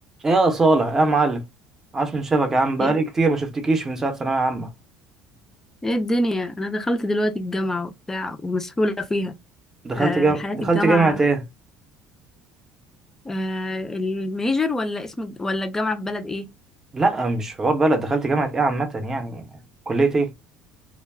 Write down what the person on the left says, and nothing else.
ايه
ايه الدنيا انا دخلت دلوقتي الجامعة وبتاع ومسحولة فيها
آه
حياة
الجامعة
آه الميجر ولا اسم الج- ولا الجامعة في بلد ايه